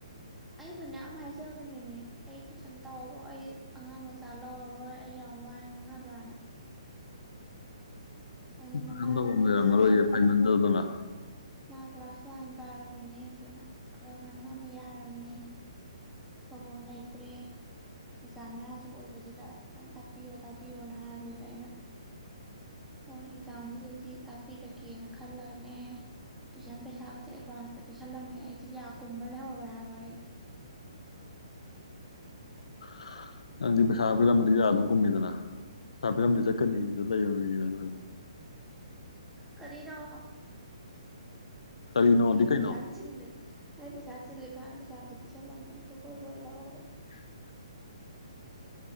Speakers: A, in the centre; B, on the left.
A: ꯑꯩ ꯐꯅꯌꯥꯝ ꯍꯥꯏꯖ ꯅꯦꯃꯤ ꯑꯩ ꯇꯨꯏꯁꯟ ꯇꯧꯔꯔꯣꯏ ꯑꯩ ꯑꯉꯥꯡ ꯃꯆꯥ ꯂꯧꯔꯔꯣꯏ ꯑꯩ ꯌꯥꯝ ꯋꯥꯏ ꯉꯥꯡꯅꯕꯅ ꯑꯗ
B: ꯇꯨꯏꯁꯟ
A: ꯃꯃꯥꯗꯨꯅ
B: ꯇꯧꯕꯝ ꯂꯩꯔꯝꯃꯔꯣꯏꯌꯦ
A: ꯑꯁ ꯃꯥ ꯈꯔ
B: ꯍꯩꯃꯟꯗꯗꯅ
A: ꯃꯥ ꯀ꯭ꯂꯥꯁ ꯋꯥꯟ ꯀꯥꯔꯕꯅꯤ ꯑꯗꯨꯅ ꯈꯔ ꯉꯥꯡꯅꯕ ꯌꯥꯔꯝꯅꯤ ꯇꯧꯕꯝ ꯂꯩꯇ꯭ꯔꯦ ꯑꯦꯛꯖꯥꯝ ꯃꯌꯥꯁꯨ ꯑꯣꯏꯕꯖꯤꯗ ꯈꯤꯇꯪ ꯇꯥꯛꯄꯤꯌꯣ ꯇꯥꯛꯄꯤꯌꯣꯅ ꯍꯥꯏꯕꯗꯨꯗ ꯑꯩꯅ ꯑꯣ ꯑꯦꯛꯖꯥꯝꯁꯤꯗꯗꯤ ꯇꯥꯛꯄꯤꯔꯒꯦꯅ ꯈꯜꯂꯒꯅꯦ ꯇꯨꯏꯁꯟ ꯄꯩꯁꯥꯒꯁꯦ ꯑꯦꯗꯚꯥꯟꯁꯇ ꯄꯤꯁꯜꯂꯝꯃꯦ ꯑꯩꯁꯦ ꯌꯥ ꯀꯨꯝꯃ ꯂꯩꯍꯧꯔꯦ ꯍꯥꯏꯕ ꯑꯩ
B: <inaudible> ꯅꯪꯗꯤ ꯄꯩꯁꯥ ꯄꯤꫪꯝꯕꯗꯤ ꯌꯥꯕ ꯒꯨꯝꯃꯤꯗꯅ ꯄꯩꯁꯥ ꯄꯤꫪꯝꯕꯗꯤ ꯆꯠꯀꯅꯤꯗ ꯂꯩꯕ ꯃꯤꯅꯤ ꯅꯪꯖꯨ
A: ꯀꯔꯤꯅꯣ
B: ꯀꯔꯤꯅꯣꯗꯤ
A: ꯑꯩꯅ
B: ꯀꯩꯅꯣ
A: ꯄꯩꯁꯥ ꯆꯤꯟꯕꯁꯦ ꯑꯩ ꯄꯩꯁꯥ ꯆꯤꯂꯤ ꯈꯪꯉ ꯄꯩꯁꯥꯁꯨ ꯄꯤꯁꯜꯂꯝꯃꯦ ꯑꯩꯁꯨ ꯍꯣꯏ ꯍꯣꯏ ꯂꯧꯍꯧꯔꯦ
B: <unintelligible>